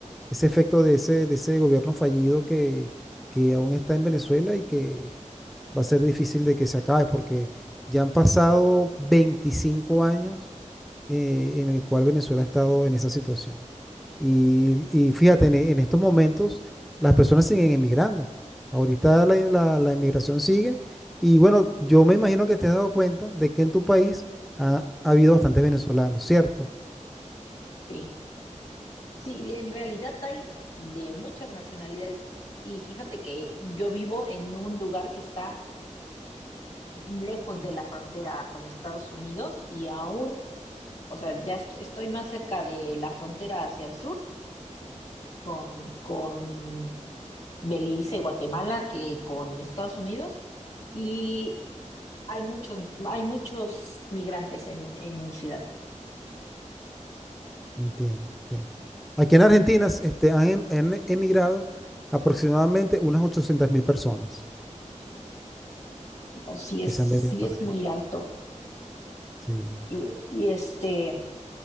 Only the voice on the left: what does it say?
sí. Sí, en realidad hay de muchas nacionalidades. Y fíjate que yo vivo en un lugar que está lejos de la frontera con Estados Unidos y aún, o sea, ya est- estoy más cerca de la frontera hacia el sur con, con Belice, Guatemala, que con Estados Unidos. Y hay muchos, hay muchos migrantes en, en mi ciudad.
¿no? Sí
es, sí
es
muy alto.
Y, y este,